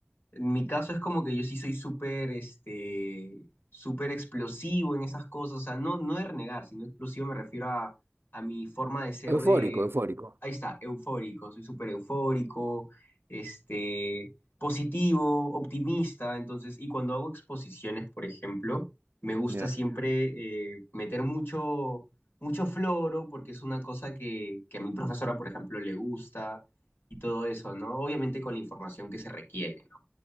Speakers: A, on the left; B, on the right.
A: En mi caso es como que yo sí soy súper, este, súper explosivo en esas cosas, o sea, no, no de renegar, sino explosivo me refiero a, a mi forma de ser
B: Eufórico,
A: de
B: eufórico.
A: ahí está, eufórico, soy súper eufórico, este, positivo, optimista, entonces, y cuando hago exposiciones, por ejemplo, me gusta
B: Ya.
A: siempre eh, meter mucho, mucho floro, porque es una cosa que, que a mi profesora, por ejemplo, le gusta y todo eso, ¿no? Obviamente con la información que se requiere, ¿no?